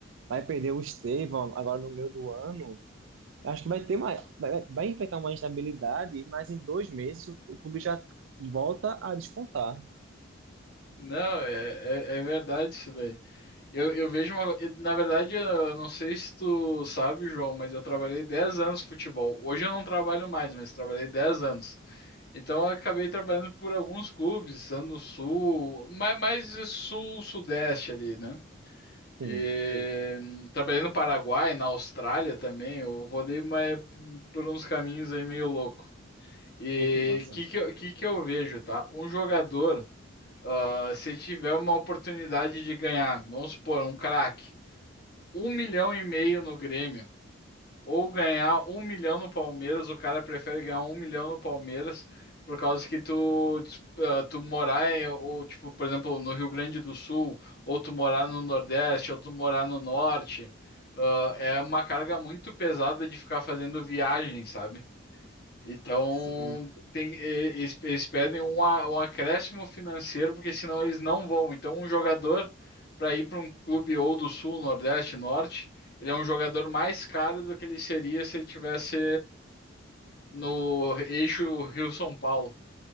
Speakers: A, on the right; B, on the left.
A: vai perder o Estevão agora no meio do ano. Acho que vai ter uma, vai, vai enfrentar uma instabilidade, mas em dois meses o, o clube já volta a despontar.
B: Não, é, é, é verdade isso daí. Eu, eu vejo uma. eu- Na verdade, eu não sei se tu sabe, João, mas eu trabalhei 10 anos com futebol. Hoje eu não trabalho mais, mas trabalhei 10 anos. Então eu acabei trabalhando por alguns clubes, estando no sul, mais, mais sul-sudeste ali, né?
A: Sim,
B: E hum, trabalhei no Paraguai, na Austrália também. Eu rodei mais por uns caminhos aí meio louco. E
A: pô, que massa.
B: o que que eu, que que eu vejo, tá? Um jogador. Ah, se tiver uma oportunidade de ganhar, vamos supor, um craque, um milhão e meio no Grêmio, ou ganhar um milhão no Palmeiras, o cara prefere ganhar um milhão no Palmeiras por causa que tu, dis- ah, tu morar em, ou tipo, por exemplo, no Rio Grande do Sul, ou tu morar no Nordeste, ou tu morar no Norte, ah, é uma carga muito pesada de ficar fazendo viagem, sabe? Então,
A: Sim,
B: tem- e- eles, eles pedem um, a- um acréscimo financeiro, porque senão eles não vão. Então, um jogador, para ir para um clube ou do Sul, Nordeste, Norte, ele é um jogador mais caro do que ele seria se ele tivesse no eixo Rio-São Paulo.